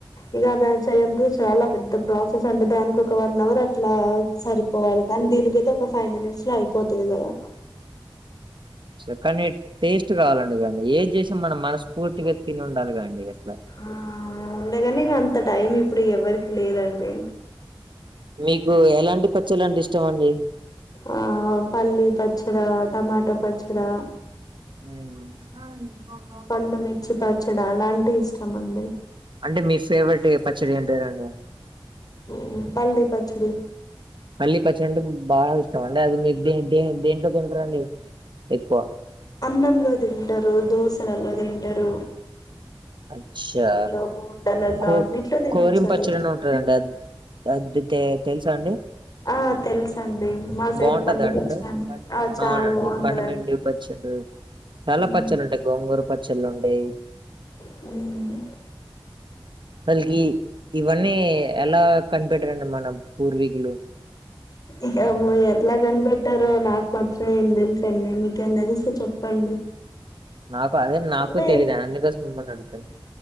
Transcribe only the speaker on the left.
ఇగ అది చేయంత చాలా పెద్ద ప్రాసెస్ అండి దానికి ఒక వన్ అవర్ ఇట్లా సరిపోవాలి కానీ దీనికైతే ఒక ఫైవ్ మినిట్స్ లో అయిపోతది కదా
ఆ ఉండేగని ఇగ అంత టైం ఇప్పుడు ఎవ్వరికి లేదండి
ఆ పల్లీ పచ్చడా టమాటో పచ్చడా
పండుమిర్చి పచ్చడ అలాంటివి ఇష్టం అండి
హ్మ్ పల్లీ పచ్చడి
అన్నంలో తింటారు దోశలలో తింటారు
<unintelligible>
తినొచ్చు
అది
ఆ తెలుసండి మా సైడ్
పండుమిర్చి అంటారు ఆ చాలా
బాగుంటదండి
ఉమ్
హ్మ్
ఇక ఎట్లా కనిపెట్టారో నాకు మాత్రం ఏం తెలుసండి మీకేం నా తెలిస్తే చెప్పండి
అంటే